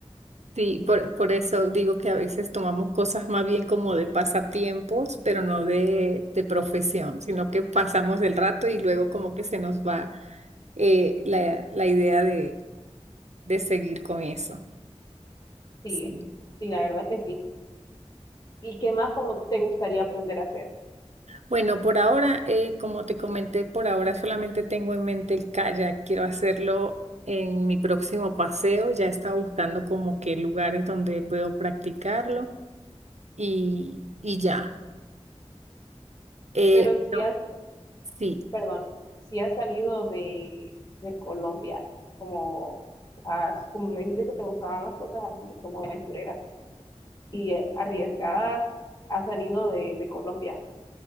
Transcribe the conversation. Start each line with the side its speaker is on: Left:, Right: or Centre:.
Right: Sí, por, por eso digo que a veces tomamos cosas más bien como de pasatiempos, pero no de, de profesión, sino que pasamos el rato y luego como que se nos va eh, la, la idea de, de seguir con eso.
Left: sí,
Right: Sí.
Left: sí, la verdad es que sí. ¿Y qué más como te gustaría aprender a hacer?
Right: Bueno, por ahora, eh, como te comenté, por ahora solamente tengo en mente el kayak. Quiero hacerlo en mi próximo paseo. Ya estaba buscando como que lugares donde puedo practicarlo y, y ya. Eh,
Left: Pero si
Right: bueno,
Left: has,
Right: sí.
Left: perdón, si has salido de, de Colombia, como, has, como me dijiste que te gustaban las cosas así, como aventureras y eh, arriesgadas, has salido de, de Colombia.